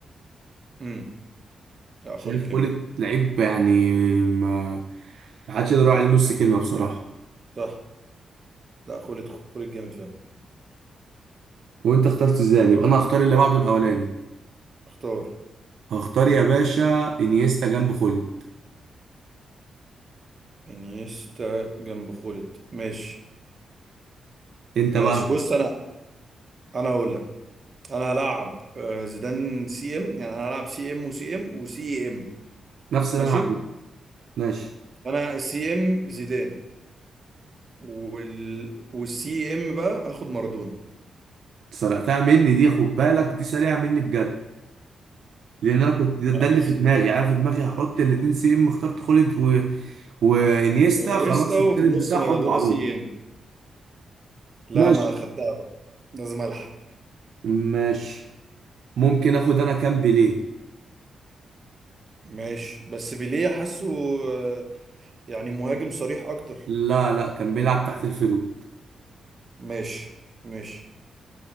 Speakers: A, on the right; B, on the right.
A: امم لا
B: شايف
A: خول الجامد
B: خولت لعيب يعني ما ما حدش يقدر يقول عليه نص كلمة بصراحة
A: صح لا خولت خول الجامد فاهم
B: وانت اخترت زيدان يبقى انا هختار اللي بعده الاولاني
A: اختار
B: هختار يا باشا انيستا جنب خولد
A: انيستا جنب خولت ماشي
B: انت
A: ماشي
B: بقى
A: بص انا انا هقول لك انا هلعب آه، زيدان سي ام يعني انا هلعب سي ام وسي ام وسي ام
B: نفس اللي
A: ماشي
B: انا هعمله ماشي
A: انا السي ام زيدان وال... والسي ام بقى هاخد مارادونا
B: سرقتها مني دي خد بالك دي سريعه مني بجد لان انا كنت ده ده اللي
A: ماشي
B: في دماغي يعني انا في دماغي هحط الاتنين سي ام اخترت خولد و... وانيستا
A: وانيستا
B: خلاص التالت
A: وفي النص
B: بتاعهم
A: مارادونا
B: معروف
A: سي ام لا
B: ماشي
A: ما خدتها بقى لازم الحق
B: ماشي ممكن اخد انا كام بيليه
A: ماشي بس بيليه حاسه آه، يعني مهاجم صريح اكتر
B: لا لا كان بيلعب تحت الفيرود
A: ماشي ماشي